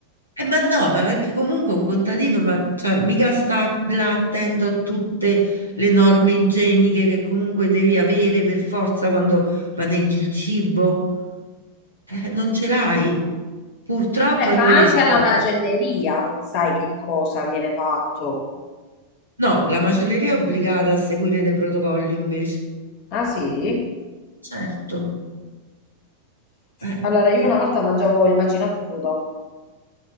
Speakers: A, on the left (about 80°); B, on the left (about 45°).
A: Eh, ma no, ma perché comunque un contadino, ma cioè, mica sta là attento a tutte le norme igieniche che comunque devi avere per forza quando maneggi il cibo. Eh, non ce l'hai. Purtroppo
B: Beh,
A: invece,
B: ma anche alla macelleria non sai che cosa viene fatto.
A: no, la macelleria è obbligata a seguire dei protocolli invece.
B: Ah sì?
A: Certo. Eh,
B: Allora, io
A: sì.
B: una volta mangiavo il macinato crudo,